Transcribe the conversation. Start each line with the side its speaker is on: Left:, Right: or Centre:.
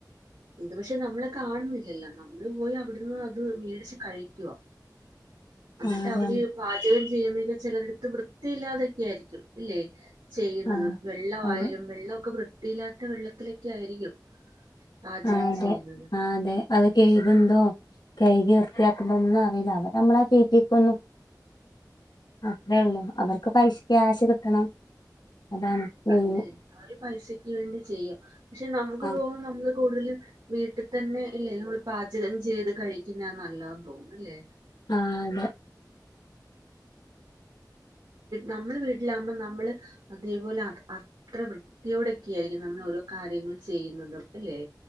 Right: ഇത് പക്ഷെ നമ്മള് കാണ്ന്നില്ലല്ലോ നമ്മള് പോയി അവിടുന്ന് അത് മേടിച്ച് കഴിക്കുവ. അന്നിട്ട്
Left: ആ അതെ
Right: അവര്
Left: അം-
Right: പാചകം ചെയ്യുന്നെന്റെ ചിലരിടത്ത് വൃത്തിയില്ലാതെക്കെ ആയിരിക്കും ഇല്ലെ. ചെയ്യുന്നത്
Left: ആ
Right: വെള്ളവായാലും
Left: അതെ
Right: വെള്ളവൊക്കെ വൃത്തിയില്ലാത്ത വെള്ളത്തിലെക്കെ ആയിരിക്കും. പാചകം
Left: ആ, അതെ
Right: ചെയ്യുന്നത്
Left: ആ, അതെ അത് കെഴ്ക് ഇണ്ടോ കെഴ്കി വൃത്തിയാക്ക്ന്നൊന്നു അറീല. അവര് നമ്മളെ തീറ്റിക്കുന്നു. അത്രേ ഒള്ളു അവർക്ക് പൈസ ക്യാഷ് കിട്ടണം അതാണ്. മെയിൻ
Right: അതെ അവര് പൈസക്ക് വേണ്ടി ചെയ്യും. പക്ഷെ, നമുക്ക്
Left: ആ
Right: തോന്നും നമ്മള് കൂടുതലും വീട്ടിൽ തന്നെ ഇല്ലേ നമ്മൾ പാചകം ചെയ്ത് കഴിക്കുന്നയ നല്ലതെന്ന് തോന്നുന്നു ഇല്ലേ?
Left: ആ, അതെ.
Right: നമ്മള് വീട്ടിലാവ്മ്പ നമ്മള് അതെ പോലെ അ അത്ര വൃത്തിയോടൊക്കെ ആയിരിക്കും നമ്മൾ ഓരോ കാര്യങ്ങൾ ചെയ്യുന്നത് അല്ലെ?